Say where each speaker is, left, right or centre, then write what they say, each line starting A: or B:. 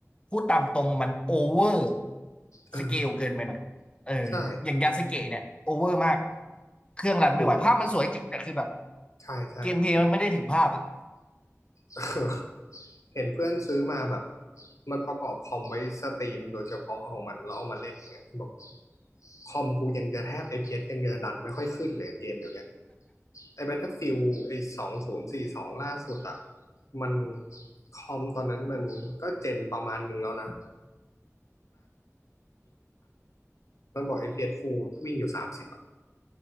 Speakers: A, on the left; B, on the left.
A: พูดตามตรงมันโอเวอร์
B: เออ
A: สเกลเกินไปหน่อยเออ
B: ใช่
A: อย่างยาสึเกะเนี่ยโอเวอร์มากเครื่องรันไม่ไหวภาพมันสวยจริงแต่คือแบบ
B: โอ้ใช่ใช่
A: เกมเพลย์มันไม่ได้ถึงภาพอ่ะ
B: <laughs> เห็นเพื่อนซื้อมาแบบมันประกอบคอมไว้สตรีมโดยเฉพาะของมันแล้วเอามาเล่นอย่างเงี้ยบอกคอมกูยังจะแทบเ p s ยังจะดันไม่ค่อยขึ้นเลยเกมเดี๋ยวนี้ไอ้ Battlefield ไอ้สองศูนย์สี่สบสองล่าสุดอะมันคอมตอนนั้นมันก็เจนประมาณหนึ่งแล้วนะ มันบอก FPS Full วิ่งอยู่สามสิบอะ